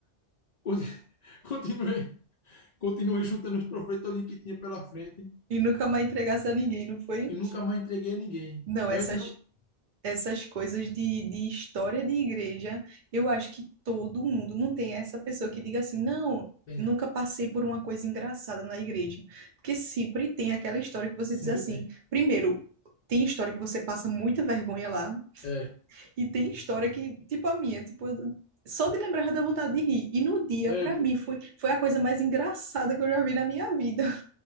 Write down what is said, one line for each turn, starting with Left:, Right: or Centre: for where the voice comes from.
Left: Con- <laughs> Continuei, Continuei juntando os professores que tinha pela frente
Right: E nunca mais entregasse a ninguém, não foi?
Left: e nunca mais entreguei a ninguém.
Right: Não, essas,
Left: Antes,
Right: essas coisas de, de história de igreja, eu acho que todo mundo não tem essa pessoa que diga assim, não,
Left: genial.
Right: nunca passei por uma coisa engraçada na igreja. Porque sempre tem aquela história que você
Left: Sempre
Right: diz assim,
Left: tem.
Right: primeiro, tem história que você passa muita vergonha lá.
Left: É,
Right: E tem história que, tipo a minha, tipo, eu- só de lembrar dá vontade de rir. E no dia,
Left: é,
Right: pra
Left: pô,
Right: mim, foi, foi a coisa mais engraçada que eu já vi na minha vida.